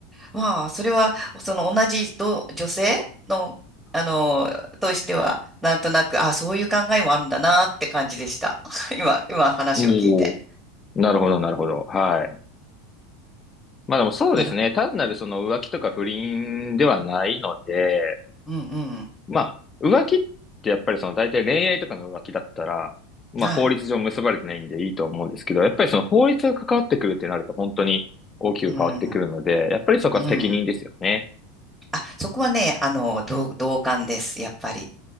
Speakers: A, in the centre; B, on the left.
A: まあ、それは、その同じど女性の、あの、としては、なんとなく、ああ、そういう考えもあるんだなって感じでした。<laughs> 今、今話を聞いて。
B: おお。なるほど、なるほど。はい。まあでもそうですね。
A: なる。
B: 単なるその浮気とか不倫ではないので、
A: うんうん。
B: まあ、浮気ってやっぱりその大体恋愛とかの浮気だったら、まあ法律上結ばれてないんでいいと思うんですけど、
A: はい。
B: やっぱりその法律が関わってくるってなると本当に大きく変わってくるので、
A: うん。
B: やっぱりそこは責任ですよね。
A: うん。あ、そこはね、あの、同、同感です。やっぱり。